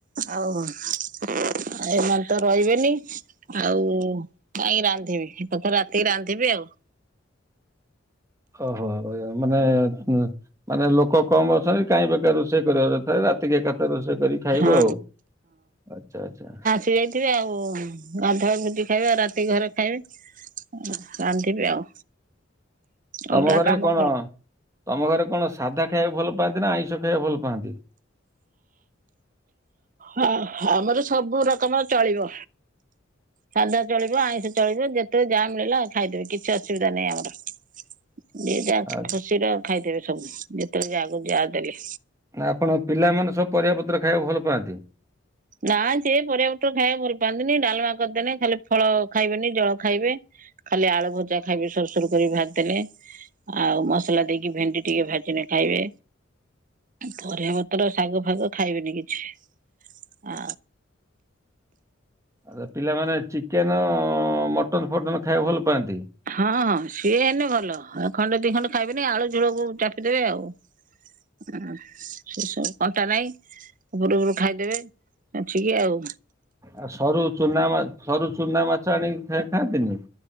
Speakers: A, on the right; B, on the right.
A: ଆଉ ଏମାନେ ତ ରହିବେନି। ଆଉ କାହିଁକି ରାନ୍ଧିବି ଏକାଥରେ ରାତିକି ରାନ୍ଧିବି ଆଉ।
B: ଓହୋ ଏ ମାନେ ଉଁ ମାନେ ଲୋକ କମ ଅଛନ୍ତି କାହିଁ ବେକାର ରୋଷେଇ ଏକାଥରେ ରା ଏଥିକି ଏକାତରେ ରଷେଇ କରି ଖାଇବ
A: ହଁ
B: ଆଉ ଆଚ୍ଛା ଆଚ୍ଛା।
A: ସେଥିବେ ଆଉ ଗାଧୁଆ ଭୁଜି ଖାଇବେ ଆଉ ରାତି ଘରେ ଖାଇବେ। ଉଁ ରାନ୍ଧିବି ଆଉ।
B: ତମ
A: ଅଲଗା
B: ଘରେ
A: କାମ
B: କଣ ତମ ଘରେ କଣ ସାଧା ଖାଇବାକୁ ଭଲ ପାଆନ୍ତି ନା ଆଇଁଷ ଖାଇବାକୁ ଭଲ ପାଆନ୍ତି?
A: ହଁ ଆମର ସବୁ ରକମ ଚଳିବ। ସାଧା ଚଳିବ ଆଇଁଷ ଚଳିବ ଯେତେବେଳେ ଯାହା ମିଳିଲା ଖାଇଦେବି କିଛି ଅସୁବିଧା ନାହିଁ ଆମର। ଜିଏଯା
B: ଆ
A: ଖୁସିର ଖାଇଦେବେ ସବୁ ଯେତେବେଳେ ଯାହାକୁ ଯାହା ଦେଲେ।
B: ନା ଆପଣ ପିଲାମାନେ ସବୁ ପରିବା ପତ୍ର ଖାଇବାକୁ ଭଲ ପାଆନ୍ତି?
A: ନା ସିଏ ପରିବା ପତ୍ର ଖାଇବାକୁ ଭଲ ପାଆନ୍ତିନି ଡାଲମା କରିଦେନଜ ଖାଲି ଫଳ ଖାଇବେନି ଜଳ ଖାଇବେ। ଖାଲି ଆଳୁ ଭଜା ଖାଇବେ ସରୁ ସରୁ କରି ଭାଜି ଦେଲେ। ଆଉ ମସଲା ଦେଇକି ଭେଣ୍ଡି ଟିକେ ଭାଜିନେ ଖାଇବେ। ପରିବା ପତ୍ର ଶାଗ ଫାଗ ଖାଇବେନି କିଛି। ଆ।
B: ଆ ପିଲାମାନେ ଚିକେନ ମଟନ ଫଟନ ଖାଇବାକୁ ଭଲ ପାଆନ୍ତି?
A: ହଁ ହଁ ସିଏ ହେନେ ଭଲ ଏ ଖଣ୍ଡେ ଦି ଖଣ୍ଡେ ଖାଇବେନି ଆଳୁ ଝୁଳକୁୁ ଚାପିଦେବେ ଆଉ। ହ ସେସବ କଣ୍ଟା ନାହିଁ ଉପରୁ ଉପରୁ ଖାଇଦେବେ ଛବାଛି କି ଆଉ
B: ଆଉ ସରୁ ଚୁନା ମା ସରୁ ଚୁନା ମାଛ ଆଣିକି ଖାଆନ୍ତିନି?